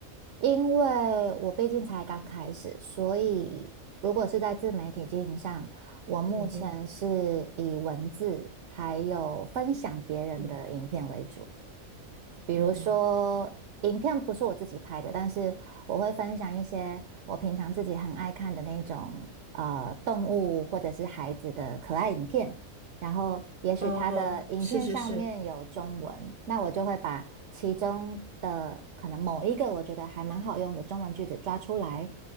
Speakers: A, on the right; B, on the right.
A: 因为我毕竟才刚开始，所以如果是在自媒体经营上，我目前是以文字还有分享别人的影片为主。
B: 嗯哼，是，嗯
A: 比如说，
B: 哼，
A: 影片不是我自己拍的，但是我会分享一些我平常自己很爱看的那种呃动物或者是孩子的可爱影片。然后，也许它的影片上面有中文，
B: 嗯哼，是是是，
A: 那我就会把其中的可能某一个我觉得还蛮好用的中文句子抓出来，